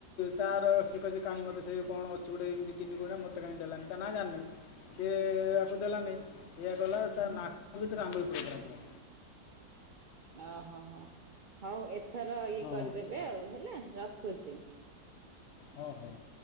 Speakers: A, on the left; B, on the right.
A: ତାର ସେଏ କହିଛି କାହିଁ ମୋତେ ସେ କଣ ଅଛି ଗୋଟେ ଏମିତି ତିନି କୋଣିଇ ମୋତେ କାହିଁ ଦେଲାନି ତା ନା ଜାଣିନହିଁ ସିଏ ଆକୁ ଦେଲ ନାହିଁ। ଇୟଆ ଗଲା ତା ନାକ ଭିତରେ ଆଙ୍ଗୁଳି ପୁରେଇଦେଦେଲ
B: ଓହୋ ହୋ ହଉ ଏଥର ତ ଇଏ
A: ହଁ
B: କରିଦେବେ ଆଉ ହେଲା। ରଖୁଛି।
A: ହଁ ହଁ